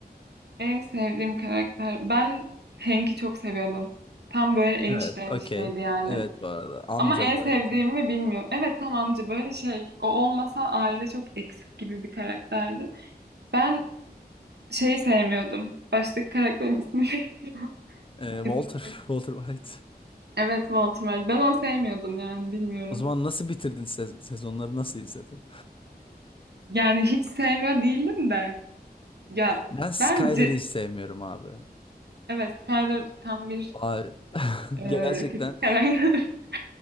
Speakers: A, on the right; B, on the left.
A: En sevdiğim karakter. Ben Hank'i çok seviyordum. Tam böyle enişte
B: Evet,
A: enişteydi
B: okey.
A: yani.
B: Evet bu arada amca
A: Ama en
B: böyle
A: sevdiğimi
B: tam.
A: bilmiyorum. Evet tam amca böyle şey. O olmasa aile çok eksik gibi bir karakterdi. Ben şeyi sevmiyordum. Baştaki karakterin ismi neydi? <laughs>
B: Ee,
A: İzin
B: Walter,
A: ver.
B: <laughs> Walter White.
A: Evet Walter White. Ben onu sevmiyordum yani bilmiyorum.
B: O zaman nasıl bitirdin sez- sezonları nasıl izledin?
A: Yani hiç sevmiyor değildim de. Ya
B: Ben Skyler'ı
A: bence
B: hiç sevmiyorum abi.
A: evet Skyler tam bir
B: Abi <laughs>
A: e,
B: gerçekten
A: kötü karakter. <laughs>